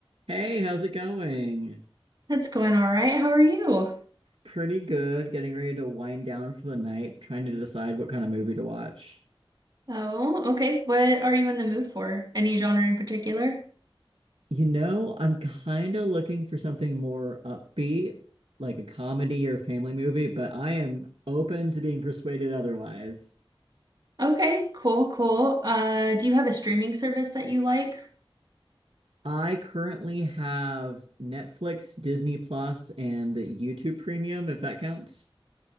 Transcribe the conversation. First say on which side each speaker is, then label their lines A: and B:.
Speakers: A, on the right; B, on the right.
A: Hey, how's it going?
B: That's going all right. How are you?
A: Pretty good. Getting ready to wind down for the night, trying to decide what kind of movie to watch.
B: Oh, okay. What are you in the mood for? Any genre in particular?
A: You know, I'm kind of looking for something more upbeat, like a comedy or family movie, but I am open to being persuaded otherwise.
B: Okay, cool, cool. Uh, do you have a streaming service that you like?
A: I currently have Netflix, Disney Plus, and the YouTube Premium, if that counts.